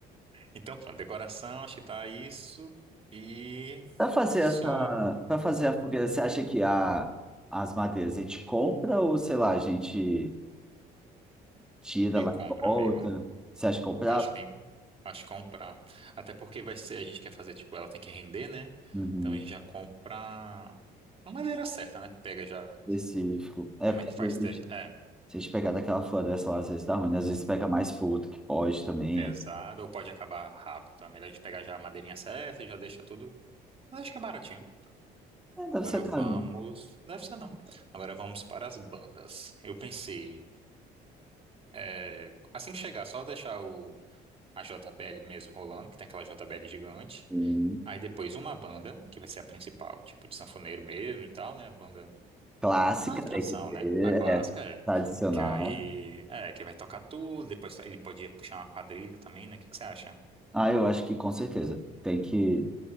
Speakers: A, on the right; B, in the centre.
A: Então, pronto, decoração, acho que tá isso. E
B: Para fazer
A: só
B: essa, para fazer a fogueira, você acha que a, as madeiras a gente compra ou, sei lá, a gente tira
A: e
B: lá
A: compra,
B: e volta?
A: amigo.
B: Você acha que comprar?
A: Eu acho que tem. Acho que comprar. Até porque vai ser, a gente quer fazer, tipo, ela tem que render, né?
B: Uhum,
A: Então a gente já compra a madeira certa, né? Pega já.
B: específico. É,
A: Como
B: porque
A: é que
B: às
A: faz?
B: vezes,
A: ter- É,
B: se a gente pegar daquela floresta lá, às vezes dá ruim, né? às vezes pega mais fogo do que pode também.
A: é exato. Ou pode acabar rápido. Então é melhor a gente pegar já a madeirinha certa e já deixa tudo. Mas acho que é baratinho.
B: É, É, deve
A: Agora
B: ser
A: vamos.
B: caro.
A: Deve ser não. Agora vamos para as bandas. Eu pensei. É, assim que chegar, só deixar o, a JBL mesmo rolando, que tem aquela JBL gigante.
B: Sim.
A: Aí depois uma banda, que vai ser a principal, tipo de sanfoneiro mesmo e tal, né? A banda.
B: Clássica,
A: A atração,
B: tem que ter,
A: né? A clássica
B: é
A: é.
B: tradicional.
A: Que aí. É, que vai tocar tudo. Depois ele podia puxar uma quadrilha também, né? O que que você acha?
B: Ah, eu acho que com certeza. Tem que